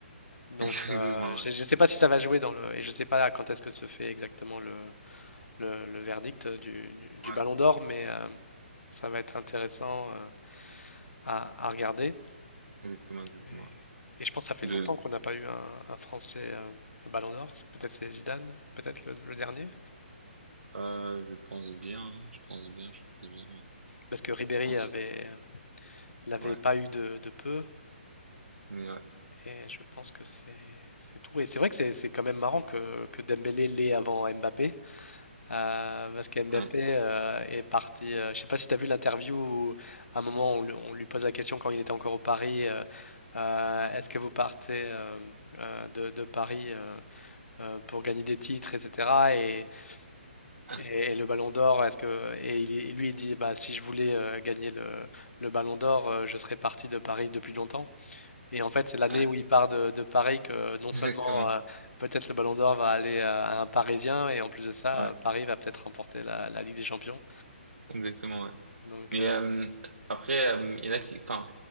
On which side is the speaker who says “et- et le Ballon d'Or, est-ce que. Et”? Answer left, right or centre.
Left